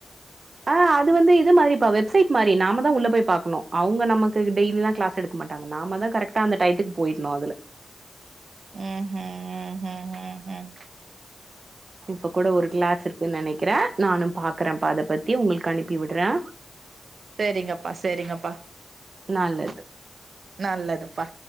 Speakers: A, on the right; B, on the right.
A: அ அது வந்து இது மாரிப்பா வெப்சைட் மாரி நாம தா உள்ள போய் பாக்கணு அவுங்க நமக்கு டெ்ய்லி தா கிளாஸ் எடு மாட்டாங்கா நாம தா கரெக்டா அந்த டயத்துக்கு போயிடணும் அதுல
B: ம்ஹு ம்ஹு உ உ உ
A: இப்ப கூட ஒரு கிளாஸ் இருக் க்கு நினக்கிற நானும் பாக்குறேன்ப்ப அத பத்தி உங்களுக்கு அனுப்பி விடுற
B: சேரிங்கப்பா சேரிங்கப்பா
A: நல்லது
B: நல்லதுப்பா